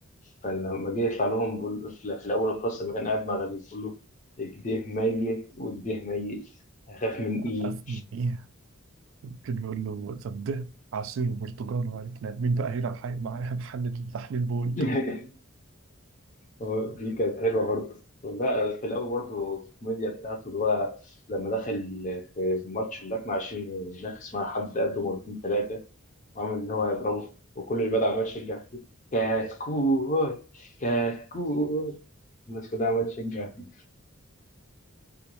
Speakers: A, on the left (about 35°); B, on the right (about 65°).
A: فلما جه يطلع لهم بقول في في الأول القصة لما كان قاعد مع غريب بيقول له إيديه ميت وإيديه ميت هخاف من
B: أخاف
A: إيه
B: من إيه؟ ممكن نقول له طب ده عصير وبرتقال وعرفنا مين بقى هنا محي... معايا محل تحليل بول
A: <laughs> هو دي كانت حلوة برضه لا في الأول برضه الكوميديا بتاعته اللي هو لما دخل في ماتش هناك مع عشان ينافس مع حد قده مرتين ثلاثة وعمل إن هو يضربه وكل اللي بدأ عمال يشجع فيه كتكوت كتكوت الناس كلها عمالة تشجع فيه